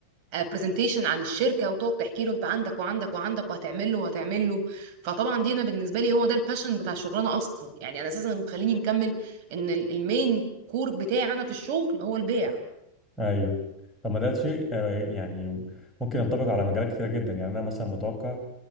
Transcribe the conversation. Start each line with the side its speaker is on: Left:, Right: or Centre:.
Right: برزنتيشن عن الشركه وتقعد تحكي له انت عندك وعندك وعندك وهتعمل له وهتعمل له فطبعا دي انا بالنسبه لي هو ده الباشن بتاع الشغلانه اصلا يعني انا اساسا اللي مخليني مكمل ان ال- المين كور بتاعي انا في الشغل هو البيع
Centre: ايوه طب ما ده شيء آه، يعني ممكن ينطبق على مجالات كتيره جدا يعني انا مثلا متوقع